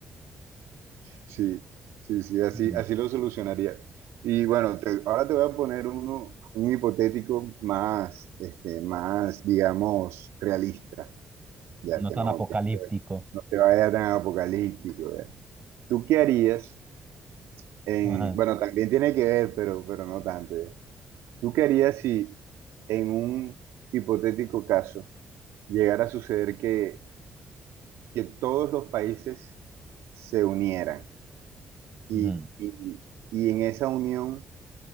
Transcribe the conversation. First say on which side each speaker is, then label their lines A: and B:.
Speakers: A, on the right; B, on the right.
A: Sí, sí, sí, así,
B: <laughs>
A: así lo solucionaría. Y bueno, te- ahora te voy a poner uno, un hipotético más, este, más, digamos, realista, ya
B: No
A: que
B: tan
A: no,
B: apocalíptico.
A: que no te vaya tan apocalíptico, ya. ¿Tú qué harías en,
B: Ajá.
A: bueno, también tiene que ver, pero, pero no tanto ya. ¿Tú qué harías si en un hipotético caso llegara a suceder que, que todos los países se unieran y,
B: Ujú,
A: y- y en esa unión